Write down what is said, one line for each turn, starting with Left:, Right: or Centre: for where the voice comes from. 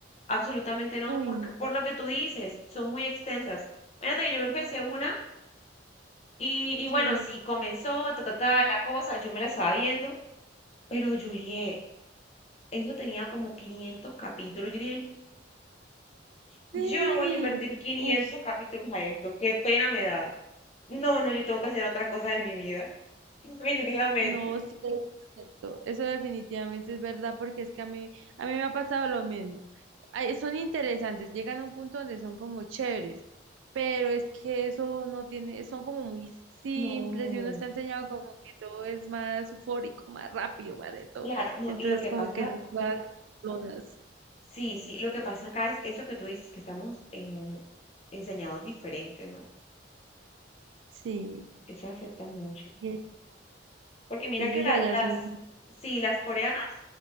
Left: Absolutamente no,
Right: Uy,
Left: porque
Right: no.
Left: por lo que tú dices, son muy extensas. Fíjate que yo me empecé una y, y
Right: Sí.
Left: bueno, sí, comenzó ta, ta, ta, la cosa, yo me la estaba viendo, pero Juliet, eso tenía como 500 capítulos. Yo dije, yo
Right: Sí.
Left: no voy a invertir quinientos
Right: Uy.
Left: capítulos a esto, qué pena me da. No, no, yo tengo que hacer otra cosa en mi vida, <laughs> definitivamente.
Right: No, sí, eso es cierto. Eso definitivamente es verdad porque es que a mí, a mí me ha pasado lo mismo. Ay, son interesantes, llegan a un punto donde son como chéveres, pero es que eso no tiene, son como muy simples
Left: No,
Right: y uno está enseñado como que todo es más eufórico, más rápido, más de todo.
Left: claro, no,
Right: Entonces
Left: y lo que
Right: como
Left: pasa
Right: que son todas simplonas.
Left: Sí, sí, lo que pasa acá es eso que tú dices, que estamos en, enseñados diferentes, ¿no?
Right: Sí,
Left: Eso afecta mucho.
Right: y,
Left: Porque mira
Right: y ellos
Left: que la-
Right: allá
Left: las,
Right: son muy...
Left: sí, las coreanas